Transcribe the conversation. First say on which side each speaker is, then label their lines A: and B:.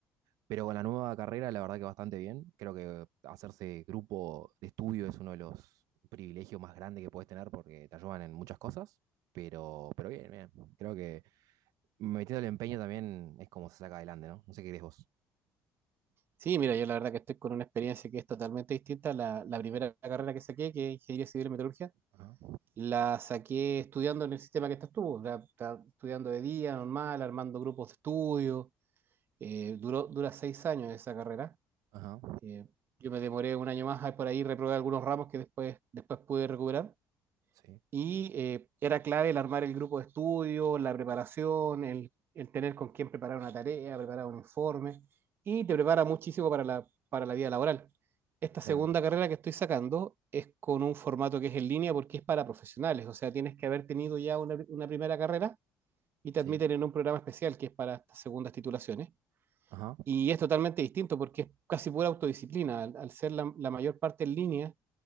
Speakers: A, on the right; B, on the right.
A: Pero con la nueva carrera, la verdad que bastante bien. Creo que hacerse grupo de estudio es uno de los privilegios más grandes que puedes tener porque te ayudan en muchas cosas. Pero, pero bien, bien. Creo que metiendo el empeño también es como se saca adelante, ¿no? No sé qué crees vos.
B: Sí, mira, yo la verdad que estoy con una experiencia que es totalmente distinta a la, la primera carrera que saqué, que es ingeniería civil en metalurgia.
A: Ajá.
B: La saqué estudiando en el sistema que estás tú, la- la- estudiando de día, normal, armando grupos de estudio. Eh, duró, dura seis años esa carrera.
A: Ajá.
B: Eh, yo me demoré un año más, ahí por ahí reprobé algunos ramos que después, después pude recuperar.
A: Sí,
B: Y eh, era clave el armar el grupo de estudio, la preparación, el, el tener con quién preparar una tarea, preparar un informe, y te prepara muchísimo para la, para la vida laboral. Esta segunda
A: claro.
B: carrera que estoy sacando es con un formato que es en línea porque es para profesionales, o sea, tienes que haber tenido ya una, una primera carrera y te
A: Sí.
B: admiten en un programa especial que es para estas segundas titulaciones.
A: Ajá.
B: Y es totalmente distinto porque es casi pura autodisciplina, al, al ser la, la mayor parte en línea